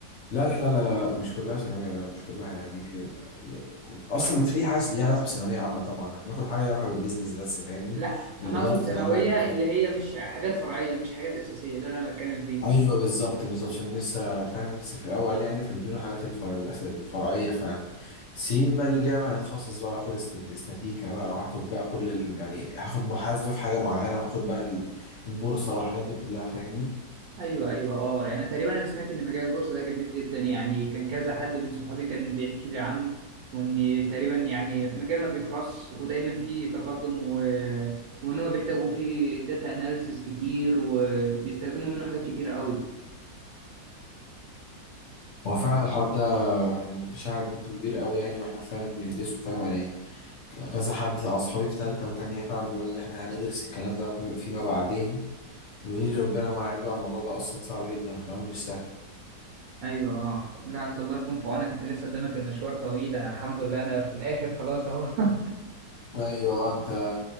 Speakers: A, on the left; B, on the right.
A: لا لا لا لا لا لا، مش كلها ثانويه لا مش كلها يعني هي- اصلا ما فيش اي حاجه ليها علاقه بثانويه عامه طبعا احنا بناخد حاجه ليها علاقه بالبيزنس بس فاهمني
B: لا
A: الاداره
B: انا اقصد ثانويه
A: بتاع الاعمال
B: اللي هي مش حاجات فرعيه مش حاجات اساسيه ده اللي انا بتكلم فيه
A: ايوه بالظبط بالظبط عشان لسه فاهم لسه في الاول يعني فبيدونا الحاجات الفر... الأس- الفرعيه فعلا السنين بقى اللي جايه بقى هنتخصص بقى هاخد استات- استاتيكا بقى وهاخد بقى كل ال... يعني هاخد محاسبه في حاجه معينه وهاخد بقى ال- البورصه والحاجات دي كلها فاهمني
B: ايوه ايوه اه يعني تقريبا انا سمعت ان مجال البورصه ده جميل جدا يعني كان كذا حد من صحابي كان بيحكي لي عنه وان تقريبا يعني مجال ما بيخلصش ودايما فيه تقدم و... وان هو بيحتاجوا فيه داتا اناليسز كتير وبيستخدموا منه حاجات كتير قوي
A: هو فعلا الحوار ده يعني متشعب منه كبير قوي يعني واحنا فعلا بندرسه فاهم يعني ك- كذا حد اصحابي في ثالثه وثانيه فعلا بيقولوا ان احنا هندرس الكلام ده في- فيما بعدين بيقولوا لي ربنا معاك بقى الموضوع ده اصلا صعب جدا كمان مش سهل
B: ايوه اه لا انت الله يكون في عونك انت لسه قدامك المشوار طويل انا الحمد لله انا في الاخر خلاص اهو <laughs>
A: ايوه انت